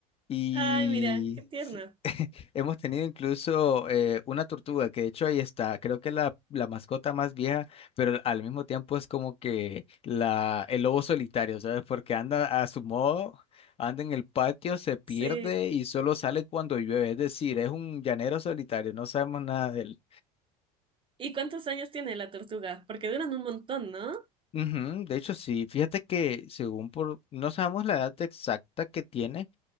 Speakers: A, on the left (about 30°); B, on the right (about 25°).
A: Y...
B: Ay, mira, qué tierno.
A: sí. Hemos tenido incluso eh, una tortuga, que de hecho ahí está, creo que es la, la mascota más vieja, pero al mismo tiempo es como que la, el lobo solitario, ¿sabes? Porque anda a su modo, anda en el patio, se pierde
B: Sí.
A: y solo sale cuando llueve, es decir, es un llanero solitario, no sabemos nada de él.
B: ¿Y cuántos años tiene la tortuga? Porque duran un montón, ¿no?
A: Ujú, de hecho, sí, fíjate que según por, no sabemos la edad exacta que tiene,